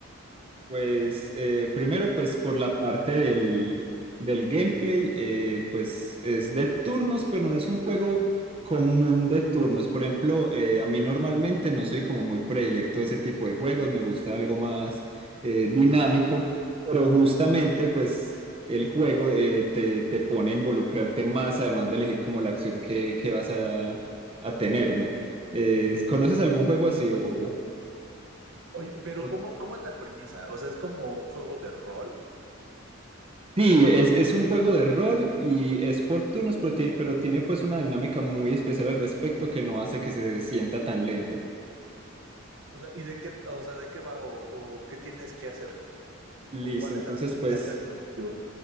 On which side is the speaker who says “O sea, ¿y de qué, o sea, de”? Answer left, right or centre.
Right